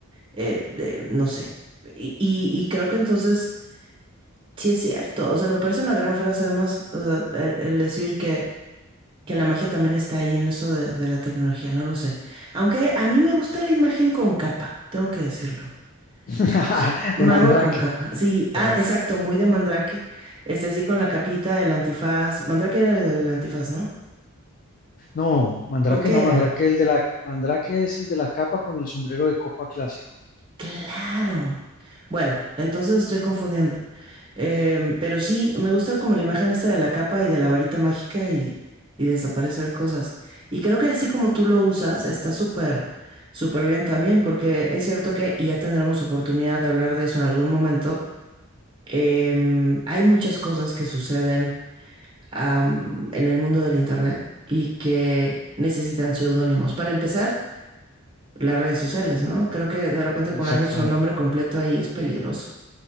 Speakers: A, on the right; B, on the left.
A: eh, de no sé. Y, y, y creo que entonces sí es cierto. O sea, me parece una gran frase además, o sea, el, el decir que que la magia también está ahí en eso de, de la tecnología, no lo sé. Aunque a mí me gusta la imagen con capa, tengo que decirlo. O
B: <laughs>
A: sea, mago
B: de mandrake.
A: con capa. Sí,
B: Mandrake.
A: ah, exacto, muy de Mandrake. Este, así con la capita, el antifaz. Mandrake era el del antifaz, ¿no?
B: No, Mandrake
A: ¿O qué
B: no, Mandrake,
A: era?
B: el de la, Mandrake es el de la capa con el sombrero de copa clásico.
A: Claro. Bueno, entonces estoy confundiendo. Em, pero sí, me gusta como la imagen esta de la capa y de la varita mágica y, y desaparecer cosas. Y creo que así como tú lo usas, está súper, súper bien también, porque es cierto que, y ya tendremos oportunidad de hablar de eso en algún momento, em, hay muchas cosas que suceden, am, en el mundo del internet y que necesitan seudónimos. Para empezar, las redes sociales, ¿no? Creo que de repente poner
B: Exactamente,
A: nuestro nombre completo ahí es peligroso.